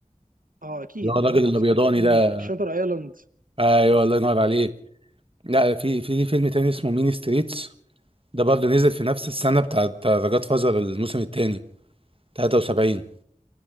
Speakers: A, on the right; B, on the right.
A: اه اكيد
B: اللي هو الراجل
A: مارتن
B: الابيضاني
A: سكورسيزي
B: ده
A: في شاتر ايلاند
B: ايوه الله ينور عليك لا في في فيلم تاني اسمه مين ستريتس ده برضه نزل في نفس السنه بتاعت ذا جاد فازر الموسم التاني 73